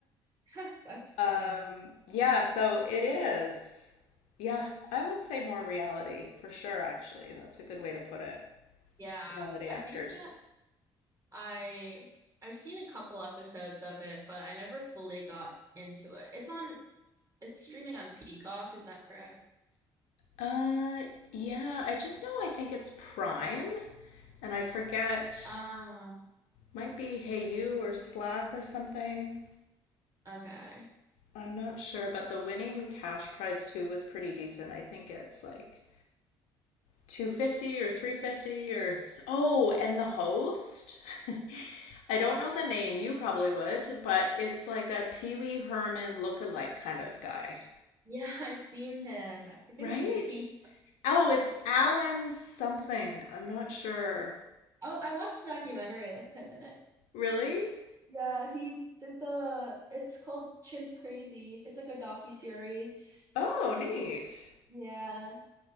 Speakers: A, on the right; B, on the left.
A: <laughs> That's
B: <laughs> um,
A: funny.
B: yeah. So it is. Yeah, I would say more reality for sure. Actually, that's a good way to put it.
A: Yeah,
B: Reality actors.
A: I think that I I've seen a couple episodes of it, but I never fully got into it. It's on it's streaming on Peacock, is that correct?
B: Uh, yeah. I just know. I think it's Prime, and I forget.
A: Uh,
B: Might be Hey You or Slack or something.
A: okay.
B: I'm not sure, but the winning cash prize too was pretty decent. I think it's like 250 or 350 or oh, and the host. <laughs> I don't know the name, you probably would, but it's like a Pee Wee Herman look-alike kind of guy.
A: Yeah, <laughs> I've seen him. I forget
B: Right?
A: his <laughs> name.
B: Oh, it's Alan something. I'm not sure.
A: Oh, I watched a documentary with him in it
B: Really?
A: recently. Yeah, he did the, it's called Chimp Crazy. It's like a docu-series.
B: Oh, neat.
A: Yeah.